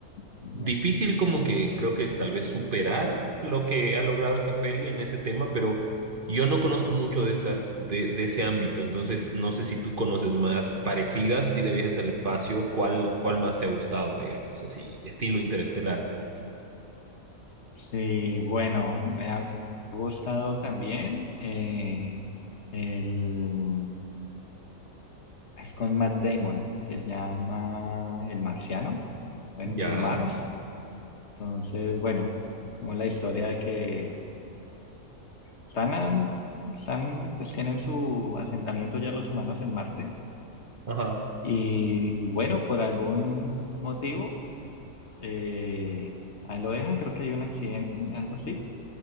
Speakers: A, on the left (about 55°); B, on the right (about 40°).
A: Bueno.
B: difícil como que creo que tal vez superar lo que ha logrado esa peli en ese tema, pero yo no conozco mucho de esas, de, de ese ámbito, entonces no sé si tú conoces más parecidas, así de viajes al espacio, ¿cuál, cuál más te ha gustado, digamos, así, estilo interestelar?
A: Sí, bueno, me ha gustado también eh, el es con Matt Damon, se llama El Marciano, bueno,
B: Ya.
A: To Mars. Entonces, bueno, como la historia de que están, a- están, pues tienen su asentamiento ya los humanos en Marte
B: Ajá.
A: y bueno, por algún motivo eh, ahí lo dejan, creo que hay un accidente, algo así